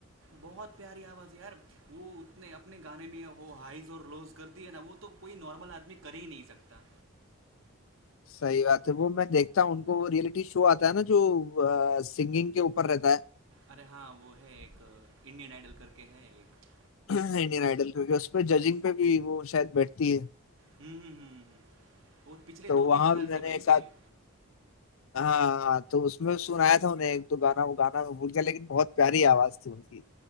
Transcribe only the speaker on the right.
बहुत प्यारी आवाज़ है यार वो उतने अपने गाने में वो हाइज और लोज करती है ना वो तो कोई नॉर्मल आदमी कर ही नहीं सकता
अरे हाँ वो है एक इंडियन आइडल करके है एक
हम्म हम्म हम्म हम्म वो पिछले
दो
तीन साल
से बैठती
है